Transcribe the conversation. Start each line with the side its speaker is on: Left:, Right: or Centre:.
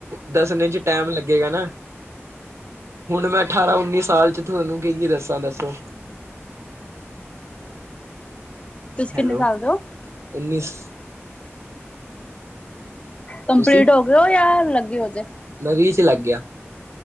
Right: ਦੱਸਨ ਚ ਟੈਮ ਲੱਗੇਗਾ ਨਾ। ਹੁਣ ਮੈਂ ਅਠਾਰਾਂ ਉੱਨੀ ਸਾਲ ਚ ਤੁਹਾਨੂੰ ਕਿ ਕਿ ਦੱਸਾਂ ਦੱਸੋ।
Left: ਤੁਸੀਂ
Right: ਹੈਲੋ
Left: ਕਿੰਨੇ ਸਾਲ ਦੇ ਹੋ
Right: ਉਨਿਸ।
Left: ਕੰਪਲੀਟ
Right: ਤੁਸੀਂ
Left: ਹੋਗੇ ਓ ਯਾ ਲੱਗੇ ਓ ਹਲੇ?
Right: ਮੈਂ ਵੀਹ ਚ ਲੱਗ ਗਿਆ।